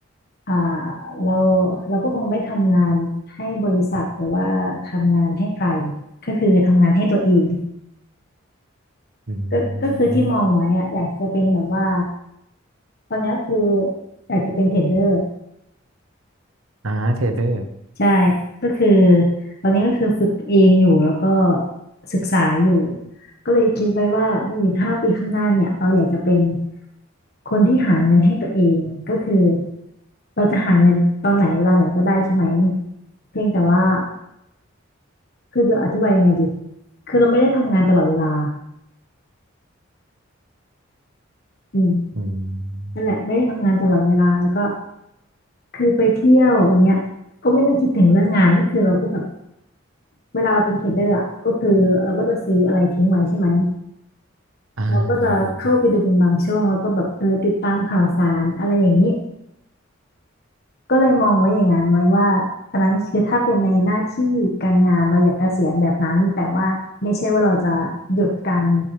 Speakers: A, on the left; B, on the right.
A: อ่าเราเราก็คงไม่ทำงานให้บริษัทหรือว่าทำงานให้ใครก็คือทำงานให้ตัวเอง
B: อื
A: ก็ก็คือที่มองไว้อะอยากจะเป็นแบบว่า
B: ม
A: ตอนนี้ก็คืออยากจะเป็นเทรดเดอร์
B: อ่าเทรดเดอร์
A: ใช่ก็คือตอนนี้ก็คือฝึกเองอยู่แล้วก็ศึกษาอยู่ก็เลยคิดไว้ว่าในอีกห้าปีข้างหน้าเนี่ยเราอยากจะเป็นคนที่หาเงินให้ตัวเองก็คือเราจะหาเงินตอนไหนเวลาไหนก็ได้ใช่ไหมเพียงแต่ว่า คือจะอธิบายยังไงดีคือเราไม่ได้ทำงานตลอดเวลาอืม
B: อืม
A: นั่นแหละไม่ได้ทำงานตลอดเวลาแล้วก็คือไปเที่ยวอย่างเงี้ยก็ไม่ต้องคิดถึงเรื่องงานก็คือเราก็แบบเวลาเราเป็นเทรดเดอร์อ่ะก็คือเราก็จะซื้ออะไรทิ้งไว้ใช่ไหม
B: อ่าอ่าอา
A: เราก็จะเข้าไปดูเป็นบางช่วง แล้วก็แบบเออติดตามข่าวสารอะไรอย่างนี้ก็เลยมองไว้อย่างนั้นไว้ว่าอันนั้นคือถ้าเป็นในหน้าที่การงานเราอยากเกษียณแบบนั้นแต่ว่าไม่ใช่ว่าเราจะหยุดการ